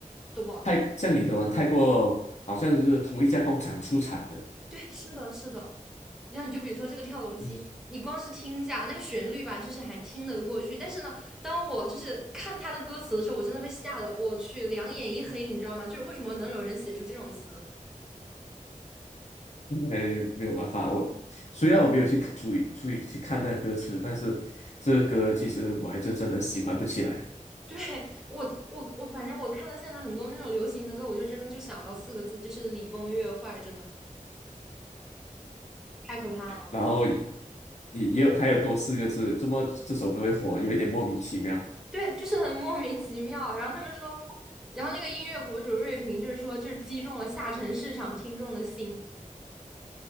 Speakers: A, in the centre; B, on the left.
A: 都不好听。
B: 太像你说的太过，好像是同一家工厂出产的，
A: 对，是的，是的。然后你就比如说这个跳楼机，
B: 嗯，
A: 你光是听一下那个旋律吧，就是还听得过去。但是呢，当我就是看他的歌词的时候，我真的被吓得，我去，两眼一黑，你知道吗？就是为什么能有人写出这种词？
B: 哎，没有办法，我虽然我没有去看注意注意去看那歌词，但是这个歌其实我还是真的喜欢不起来。
A: <laughs> 对我，我我反正我看到现在很多那种流行的歌，我就真的就想到四个字，就是礼崩乐坏，真的。太可怕了。
B: 然后也也有还有多四个字，这么这首歌会火，有一点莫名其妙。
A: 对，就是很莫名其妙。然后他们说，然后那个音乐博主瑞平就是说，就是击中了下沉市场听众的心，